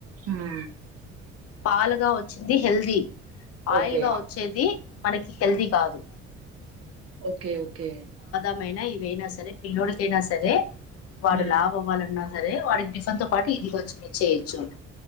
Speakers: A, on the right; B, on the left.
A: మ్
B: పాలుగా వచ్చింది హెల్దీ. ఆయిల్గా
A: ఓకే
B: వచ్చేది మనకి హెల్తీ కాదు.
A: ఓకే ఓకే
B: అవయినా ఇవయినా సరే పిల్లోడికైనా సరే వాడు
A: మ్మ్
B: లావు అవ్వాలన్నా సరే వాడికి టిఫన్ తో పాటు ఇది కొంచెం ఇచ్చేయొచ్చు.